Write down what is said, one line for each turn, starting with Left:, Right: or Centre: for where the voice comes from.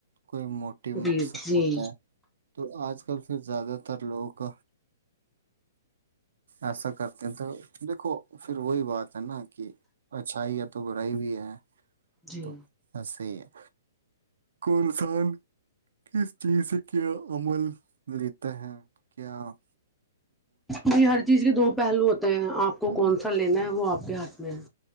Right: کوئی موٹی
Centre: پلیز
Right: مقصد
Centre: جی
Right: ہوتا ہے تو آج کل پھر زیادہ تر لوگ ایسا کرتے ہیں تھے دیکھو پھر وہی بات ہے نا کہ اچھائی ہے تو برائی بھی ہے
Centre: جی
Right: تو ایسے ہی ہے کو انسان کس چیز سے کیا امول ملت <inaudible>
Centre: جی ہر چیز کے دو پہلو ہوتے آپ کو
Right: ہم۔
Centre: کون سا لینا ہے وہ آپ کے ہاتھ میں ہے